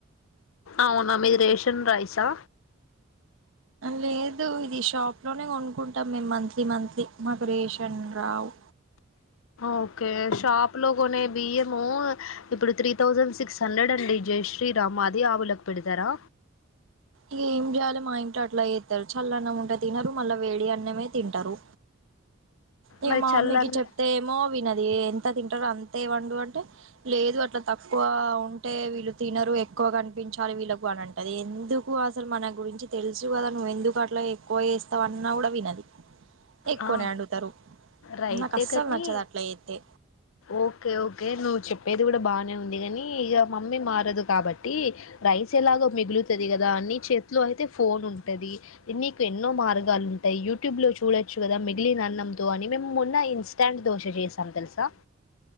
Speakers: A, on the left (about 80°); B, on the right (about 75°).
A: అవునా మీది రేషన్ రైసా
B: లేదు ఇది షాప్ లోనే కొనుక్కుంటాం మేము మంత్లీ మంత్లీ మాకు రేషన్ రావు
A: ఓకే షాప్ లో కొనే బియ్యము ఇప్పుడు త్రీ థౌసండ్ సిక్స్ హండ్రెడ్ అండి జయశ్రీరామ్ అదే ఆవులకు పెడతారా
B: ఇ ఏం చేయాలి మా ఇంట్లో అట్లా చేత్తరు చల్ల అన్నం ఉంటే తినరు మళ్ళా వేడి అన్నమే తింటారు ఇగ
A: మరి
B: మా మమ్మీకి
A: చల్లన్న
B: చెప్తే ఏమో వినదు ఎంత తింటారు అంతే వండు అంటే లేదు అట్లా తక్కువ ఉంటే వీళ్ళు తినరు ఎక్కువ కనిపించాలి వీళ్ళకు అని అంటది ఏంది ఎందుకు అసలు మన గురించి తెలుసు కదా నువ్వు ఎందుకు అట్లా ఎక్కువ చేస్తవన్నా కూడా వినదు ఎక్కువనే
A: ఆ,
B: అడుగుతారు
A: రైటే
B: నాకు అస్సలు
A: కానీ
B: నచ్చదు అట్లా చేత్తే
A: ఓకే ఓకే నువ్వు చెప్పేది కూడా బానే ఉంది కానీ ఇక మమ్మీ మారదు కాబట్టి రైస్ ఎలాగో మిగులుతుంది కదా అన్ని చేతిలో అయితే ఫోన్ ఉంటది నీకు ఎన్నో మార్గాలు ఉంటాయి యూట్యూబ్ లో చూ చూడొచ్చు కదా మిగిలినన్నంతో అని మేము మొన్న ఇన్స్టాంట్ దోశ చేసాం తెలుసా